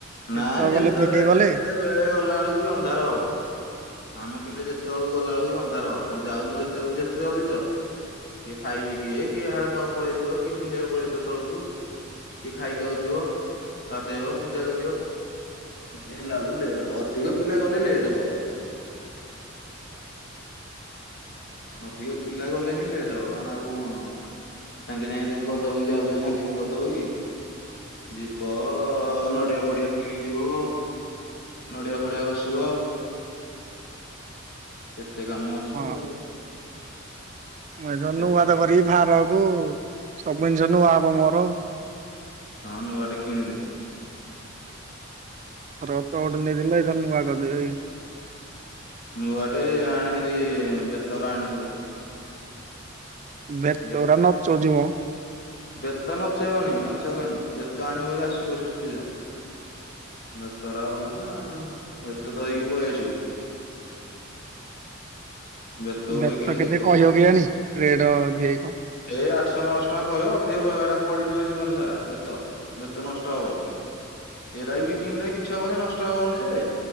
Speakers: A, on the left; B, on the right.
A: ନାଇଁ
B: ଏଥର
A: ଯେତେବେଳେ
B: ଗଲେ ବେଗେ ଗଲେ
A: ଯେତେ ବେଳେ ଗଲା ବେଳକୁ ବି ଅନ୍ଧାର ହବ। ଆମ ପିଲେ ଯେତେବେଳୁକୁ ଗଲା ବେଳୁକୁ ବି ଅନ୍ଧାର ହବ, ତମେ ଯାଉନ ଯେତେବେଳୁକୁ ଯେତେ ଜଲ୍ଦି ଯାଅ। କିଏ ଖାଇବେ କିଏ କିଏ ହାଡେ କୁଆଡେ ପଳେଇଥିବ କିଏ ବୁଲିବାକୁ ପଳେଇଥିବ ତଳକୁ। କିଏ ଖାଇକି ଆାଉଥିବ, ଗାଧେଇବ ପୂଜା କରିବ। ହେଲା ବେଳକୁ ଲେଟ୍ ହବ, ଅଧିକ ପିଲା ଗଲେ ଲେଟ୍ ହବ। ଅଧିକ ପିଲା ଗଲେ ହିଁ ଲେଟ୍ ହେବ କାରଣ ଆଉ କଣ। ସାଙ୍ଗେ ସାଙ୍ଗେ ତାମେ କରିଦବ କି ଯାଉ ଯାଉ ସାଙ୍ଗେ ସାଙ୍ଗେ କରିଦବ କି? ଯିବ ନଡ଼ିଆ ଫଡିଆ କିଣିଥିବ, ନଡିଆ ଫଡିଆ ଘଷିବ, କେତେ କାମ ଅ ଆଛା
B: ହଁ
A: ଆଉ
B: ମୁଁ ଏଥର
A: କେ
B: ନୁଆ ତ କରିବି ବାହାର ହଵ, ସବୁ ଜିନିଷ ନୁଆ ହବ ମୋର ଆଉ।
A: ହଁ ନୂଆଟେ କିଣଦେ।
B: <unintelligible>
A: ନୂଆଟେ ଆଣଭାରି ବେତର ଆଣିବୁ ଭାରି।
B: ଵେତରା
A: ବେତ
B: ନଚଉଚି ମ।
A: ବେତ ନଚେଇବନି ନଚେଇବ କାହିଁକି, ବେତ ଆଣିବୁ ଭାରି ଆସିବୁଭାରି ସୁବିଧା। ବେତରା ଭଲ ନା, ବେତ ଧରିକି ପଳେଇ ଆସିବୁ। <inaudible> ଗୋଟେ
B: ବେତ
A: କିଣିଦବୁ
B: କେତେ କହିବ କେଜାଣି, ରେଟ ଅଧିକା କି କଣ
A: ଏ ଆଠଶହ ନଅଶହ ଟଙ୍କା କହିବ। କିଏ କହିଵ ଏଟା ପଡିଥିବ ଜୀବନ ସାରା, ବେତ ବେତ ନଷ୍ଟ ହବନି। ଏରା ବି କିଣିଲେ କିଛି ହବନି ଯେ ନଷ୍ଟ ହବନି ଯେ।